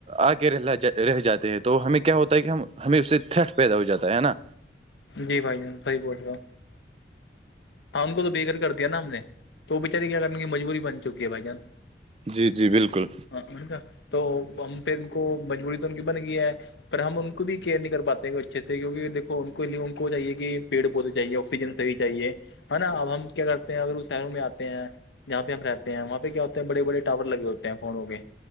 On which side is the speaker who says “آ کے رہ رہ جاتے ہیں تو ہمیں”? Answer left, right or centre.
Right